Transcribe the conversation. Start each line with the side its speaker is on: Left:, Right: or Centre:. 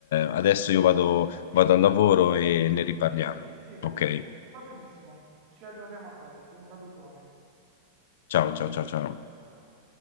Left: adesso io vado, vado al lavoro e ne riparliamo.
Right: Sì, sì, Daniele,
Left: Ok,
Right: va benissimo. Ci aggiorniamo a presto. Un salutone.
Left: ciao, ciao, ciao, ciao.
Right: Ciao.